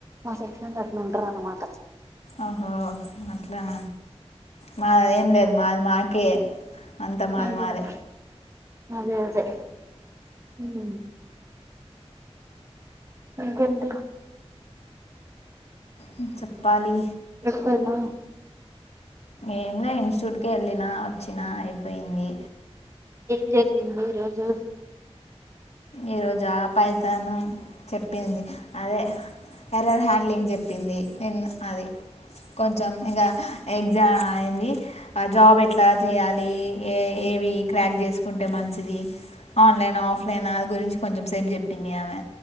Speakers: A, on the right; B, on the left.
A: మా సెక్షన్ల అట్లుంటరనమాట
B: ఆహా అట్లన మాదేం లేదు మాది మాకే అంత మాద్
A: అదే
B: మాదే.
A: అదే అదే అదే. మ్ ఇంకేంటి
B: మ్ చెప్పాలి
A: పోదునా
B: ఏమ్లే ఇన్స్టిట్యూట్ కెళ్ళినా వచ్చినా అయిపోయింది.
A: ఏం జరిగింది ఈ రోజు
B: ఈ రోజా పైతాను చెప్పింది అదే ఎర్రర్ హ్యాండ్లింగ్ చెప్పింది ఇన్ అది కొంచెం ఇగ ఎగ్ జా అయింది ఆ జాబ్ ఎట్లా చేయాలి ఏ ఏవి క్రాక్ చేసుకుంటే మంచిది. ది ఆన్లైన్ ఆఫ్ దాని గురించి కొంచెం సేపు చెప్పింది ఆమె